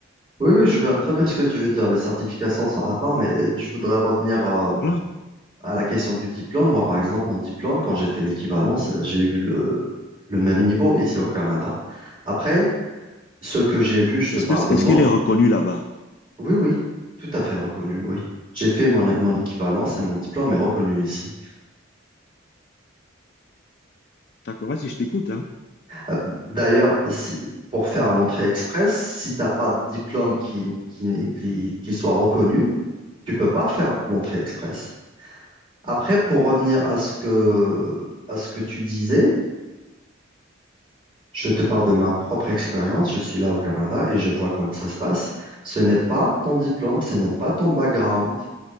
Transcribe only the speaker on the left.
Voilà.
Est-ce
que,
est-ce
qu'il est reconnu là-bas?
D'accord, vas-y, je t'écoute, hein.